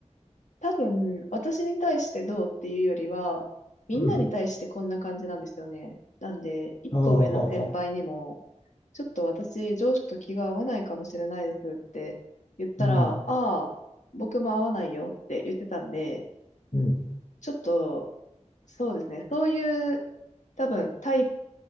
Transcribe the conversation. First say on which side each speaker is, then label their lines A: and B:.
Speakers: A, on the left; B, on the left.
A: 多分、私に対してどうっていうよりは、みんなに対してこんな感じなんですよね。
B: うん、
A: なんで、一個上の先輩にも、
B: ああ、はあはあ
A: ちょっと私、上司と気が合わないかもしれないですって言ったら、
B: うん、
A: ああ、僕も合わないよって言ってたんで、
B: うん、
A: ちょっと、そうですね、そういう、多分、タイプ、